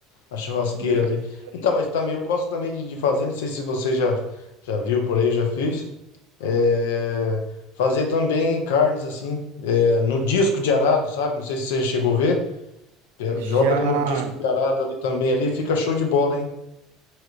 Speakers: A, on the left (about 80°); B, on the right (about 80°).
A: na churrasqueira
B: Deixa
A: ali.
B: eu-
A: Então, mas também eu gosto também de, de fazer, não sei se você já, já viu por aí, eu já fiz. é, fazer também carnes assim, é, no disco de arado, sabe? Não sei se você chegou a ver. É,
B: Já,
A: joga ali no disco de arado ali também ali, fica show de bola, hein?